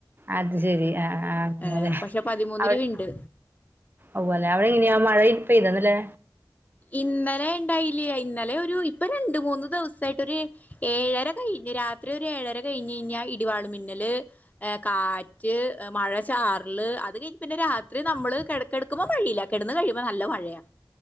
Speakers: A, on the right; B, on the left.
A: അത് ശെരി ആഹ് ആഹ് അങ്ങനെ
B: ഏഹ് പക്ഷെ പതിമൂന്ന്
A: അവി
B: രൂപയുണ്ട്
A: ഉവ്വല്ലെ അവിടെ എങ്ങനെയാ മഴ പെയ്തോ ഇന്നലേ?
B: ഇന്നലെ ഇണ്ടായില്ല ഇന്നലെ ഒരു ഇപ്പൊ രണ്ട് മൂന്ന് ദിവസായിട്ടൊരു ഏഴര കഴിഞ്ഞ് രാ ത്രി ഒരു ഏഴര കഴിഞ്ഞയ്ഞ്ഞാ ഇടിവാള് മിന്നല് ഏഹ് കാറ്റ്, മഴ ചാർല്, അത് കഴിഞ്ഞ് പിന്നെ രാത്രി നമ്മള് കിടക്കിട ക്കുമ്പോ മഴയില്ല കിടന്നു കഴിയുമ്പോ നല്ല മഴയാ.